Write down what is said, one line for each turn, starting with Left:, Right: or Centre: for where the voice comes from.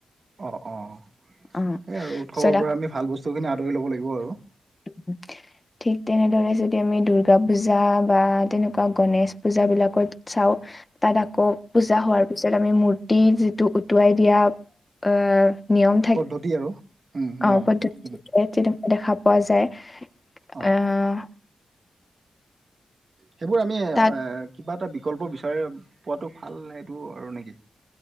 Right: অঁ অঁ সেই
Left: অ
Right: আৰু উৎসৱৰ
Left: পিছত
Right: পৰা আমি ভাল বস্তুখিনি আদৰি ল'ব লাগিব আৰু
Left: উ <unintelligible> ঠিক তেনেদৰে যদি আমি দুৰ্গা পূজা বা তেনেকুৱা গণেশ পূজাবিলাকত চাওঁ তাত আকৌ পূজা হোৱাৰ তাৰপিছত আমি মূৰ্তি যিটো উটুৱাই দিয়া অ নিয়ম
Right: পদ্ধতি আৰু উম
Left: অ
Right: নিয়ম
Left: পদ্ধতি
Right: উম
Left: তেনেকুৱা দেখা পোৱা যায়
Right: অ
Left: আহ
Right: সেইবোৰ আমি
Left: তাত
Right: কিবা এটা বিকল্প বিচাৰি পোৱাটো ভাল সেইটো আৰু নে কি